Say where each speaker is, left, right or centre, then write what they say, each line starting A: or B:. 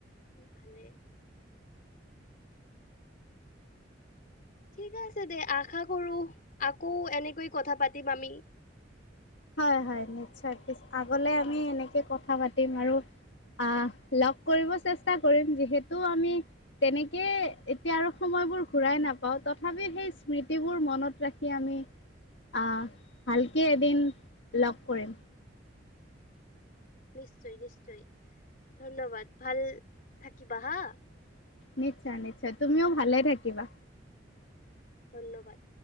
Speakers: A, on the left; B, on the left.
A: ভালে। ঠিক আছে দে আশা কৰোঁ, আকৌ এনেকৈ কথা পাতিম আমি।
B: হয়-হয় নিশ্চয়। পিছ আগলৈ আমি এনেকে কথা পাতিম আৰু আহ লগ কৰিব চেষ্টা কৰিম। যিহেতু আমি তেনেকে এতিয়া আৰু সময় সময়বোৰ ঘূৰাই নাপাওঁ, তথাপি সেই স্মৃতিবোৰ মনত ৰাখি আমি আহ ভালকে এদিন লগ কৰিম।
A: নিশ্চয়- নিশ্চয় ধন্যবাদ ভাল থাকিবা হা।
B: নিশ্চয়- নিশ্চয় তুমিও ভালে থাকিবা।
A: ধন্যবাদ।